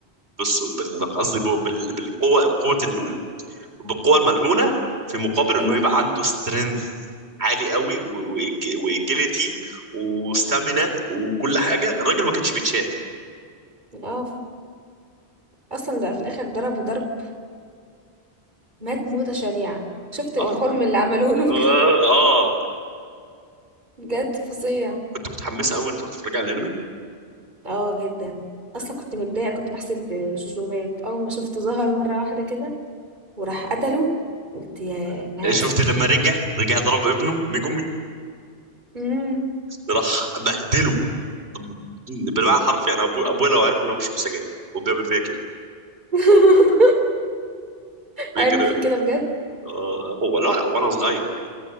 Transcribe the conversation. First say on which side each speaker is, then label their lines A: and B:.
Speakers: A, on the right (about 90°); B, on the right (about 45°).
A: بس بال- قصدي بال- بالقوه بقوه بالقوة الملعونة في مقابل
B: ايوه
A: انه يبقى عنده سترينث عالي قوي واجيلتي وستامينا وكل حاجة الراجل ما كانش بيتشاف
B: اه اصلا ده في الاخر ضربه ضرب مات موتة شنيعة شفت
A: اه
B: الخرم اللي عملوه له بجد
A: اه
B: بجد فظيع
A: كنت متحمسة قوي انت بتتفرج على الانمي
B: اه جدا اصلا كنت متضايقة كنت بحسب جوجو مات اول ما شفته ظهر مرة واحدة كده وراح قتله قلت يا نهاية
A: شفت
B: سعيدة
A: لما رجع رجع ضرب ابنه ميجومي
B: مم.
A: راح بهدله طب بالمعنى حرفي انا ابويا ابويا لو عارف ان انا بشرب سجاير وبيعمل فيا كده
B: <laughs>
A: بيجري
B: هيعمل فيك كده بجد
A: آه هو لا وانا صغير